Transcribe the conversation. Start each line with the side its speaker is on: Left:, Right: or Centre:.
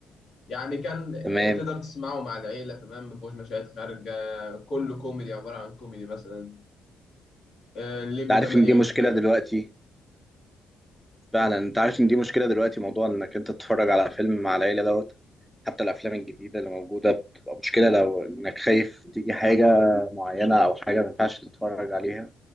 Left: يعني كان
Centre: تمام
Left: آه، تقدر تسمعه مع العيلة تمام مفيهوش مشاهد خارجة كله كوميدي عبارة عن كوميدي مثلا آه، الليمبي
Centre: انت عارف
Left: 8
Centre: ان دي مشكله
Left: جيجا
Centre: دلوقتي فعلا انت عارف ان دي مشكله دلوقتي موضوع انك انت تتفرج على فيلم مع العيله دوت حتى الافلام الجديده اللي موجوده بتبقى مشكله لو انك خايف تيجي حاجه معينه او حاجه ما ينفعش تتفرج عليها